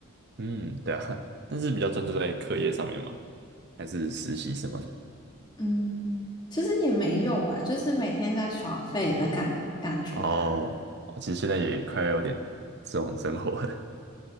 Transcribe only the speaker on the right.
嗯，对啊，<laughs> 但是比较专注在课业上面嘛，还是实习什么的？
哦，我其实现在也快要有点这种生活了，